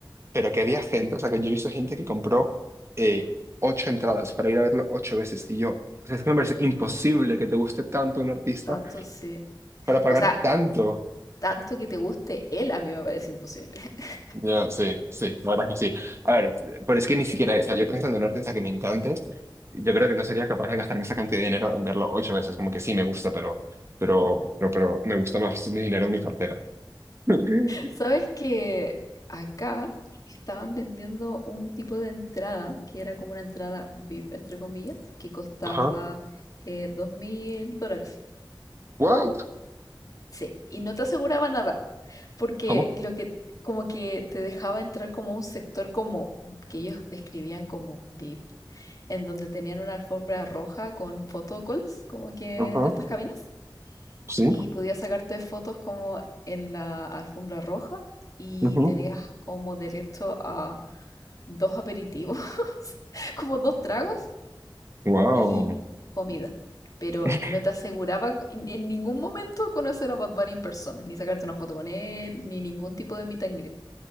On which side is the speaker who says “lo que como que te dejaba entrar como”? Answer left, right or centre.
Left